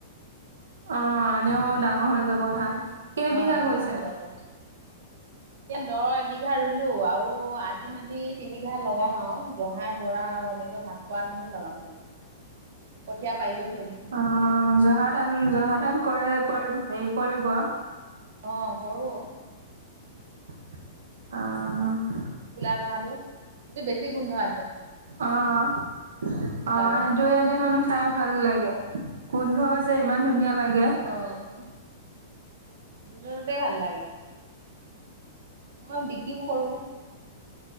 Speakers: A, on the right; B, on the right.
A: অঁ' এনেও ডাঙৰ হৈ যাব ধান। কেইবিঘা
B: অঁ'
A: কৰিছে
B: ডাঙৰ হৈ যাব, এতিয়া দঁ' এবিঘা ৰুলো আৰু- অ' আতি মাটি তিনিবিঘা লগাম আৰু জহা বৰা আৰু এনেকে ভাত পোৱা ধানেই লগাম চাগে। কঠীয়া পাৰি কৈ থৈ দিছো।
A: অঁ' জহা ধান জহা ধান কৰে কৰিব হেৰি কৰিব।
B: অঁ' কৰো।
A: অঁ'
B: কুলা জহাটো। সেইটো বেছি গোন্ধ আছে।
A: অঁঅ'
B: ক'লা
A: অঁ
B: জহাটো
A: সেইটোয়ে দেখোন খাই ভাল লাগে, গোন্ধ যে ইমান ধুনীয়া লাগে।
B: অঁ' গোন্ধতোতে ভাল লাগে, মই বিক্ৰীও কৰোঁ।